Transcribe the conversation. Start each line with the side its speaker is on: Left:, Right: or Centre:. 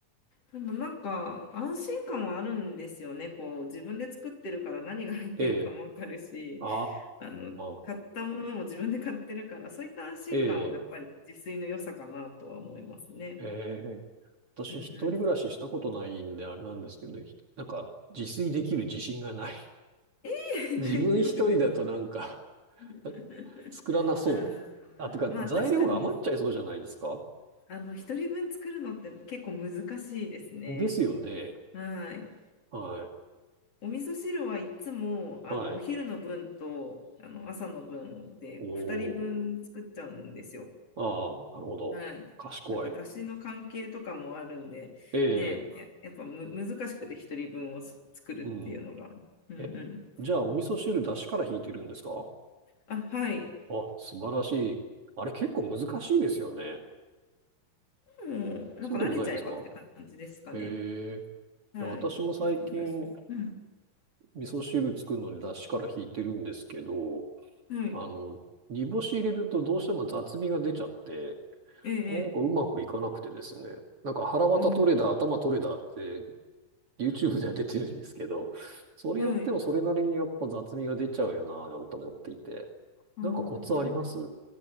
Left: でもなんか、安心感はあるんですよね。こう、自分で作ってるから何が入ってるかもわかるし、
Right: ええ。あ
Left: あの、
Right: あ、
Left: 買ったものも自分で買ってるから、そういった安心感はやっぱり自炊の良さかなとは思いますね。
Right: ええ。ええ私一人暮らししたことないんであれなんですけど、
Left: うんうん。
Right: なんか自炊できる自信がない。
Left: <laughs>
Right: <laughs> 自分一人だとなんか
Left: 大丈夫です。<laughs>
Right: <laughs> 作らなそう。
Left: あ
Right: あ、てか材料が余っちゃいそうじゃないですか
Left: あ、まあ確かに、あの、一人分作るのって結構難しいですね。
Right: ですよね。
Left: はい。
Right: はい。
Left: お味噌汁はいつも、あの、
Right: はい。
Left: お昼の分と、あの、朝の分で、
Right: おー。
Left: こう、二人分作っちゃうんですよ。
Right: ああ、なるほど。
Left: はい。
Right: 賢い。
Left: なんか、だしの関係とかもあるんで、
Right: ええ、
Left: ねえ、や、やっぱむ難しくて一人分をす作るっていうのが。
Right: うん。
Left: うんうん。
Right: え、じゃあお味噌汁出汁から引いてるんですか
Left: あ、はい。
Right: あ、素晴らしい。あれ結構難しいですよね。
Left: もう、
Right: そうでもないですか
Left: なんか慣れちゃえばって感じですかね。
Right: ええ。
Left: はい。
Right: いや私も最近、
Left: 昆布だしと。うん。
Right: 味噌汁作るのに出汁から引いてるんですけど、
Left: はい。
Right: あの、煮干し入れるとどうしても雑味が出ちゃって、
Left: ええ、ええ。
Right: なんかうまくいかなくてですね、なんか腹渡取れだ、
Left: あ
Right: 頭取れだって YouTube では出てるんですけど、それやってもそれなりにやっぱ雑味が出ちゃうよなぁなんて思っていて、
Left: あ、はい。ああ、
Right: なんかコツあります
Left: 煮干し、